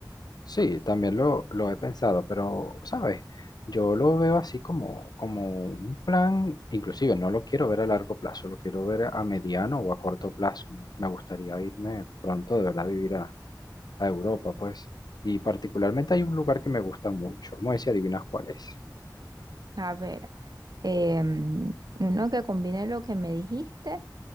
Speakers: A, on the left (about 60°); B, on the right (about 60°).
A: Sí, también lo, lo he pensado, pero, ¿sabes? Yo lo veo así como, como un plan, inclusive no lo quiero ver a largo plazo, lo quiero ver a mediano o a corto plazo, ¿no? Me gustaría irme pronto de verdad a vivir a, a Europa, pues. Y particularmente hay un lugar que me gusta mucho, vamos a ver si adivinas cuál es.
B: A ver, em, uno que combine lo que me dijiste,